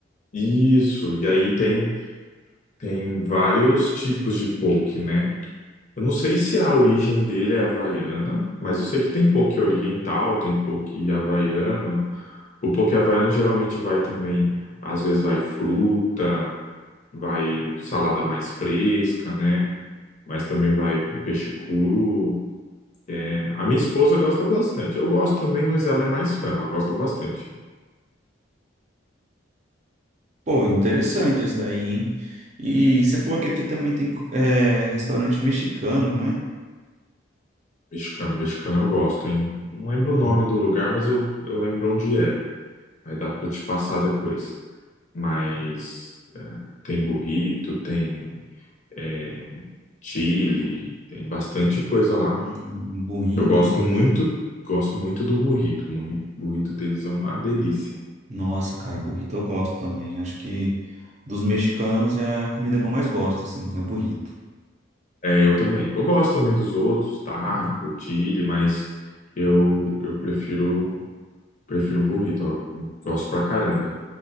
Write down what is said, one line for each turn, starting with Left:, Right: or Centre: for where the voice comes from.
Left: Isso, e aí tem, tem vários tipos de poke, né? Eu não sei se a origem dele é havaiana, mas eu sei que tem poke oriental, tem poke havaiano, O poke havaiano geralmente vai também, às vezes vai fruta, vai salada mais fresca, né? Mas também vai peixe cru. É, a minha esposa gosta bastante. Eu gosto também, mas ela é mais fã, ela gosta bastante.
Right: Pô, interessante esse daí, hein? E você falou que aqui também tem é, restaurante mexicano, né?
Left: Mexicano, mexicano eu gosto, hein? Não lembro o
Right: Hum,
Left: nome do lugar, mas eu, eu lembro onde é. Aí dá pra eu te passar depois. Mas tem burrito, tem é, chili, tem bastante coisa lá.
Right: hum, um burrito,
Left: Eu gosto
Right: hein?
Left: muito, gosto muito do burrito. O morri- burrito deles é uma delícia.
Right: Nossa, cara, burrito eu gosto também. Acho que dos mexicanos é a comida que eu mais gosto, assim, é o burrito.
Left: É, eu também. Eu gosto também dos outros, taco,
Right: O,
Left: chili, mas eu, eu prefiro prefiro burrito. Eu gosto pra caramba.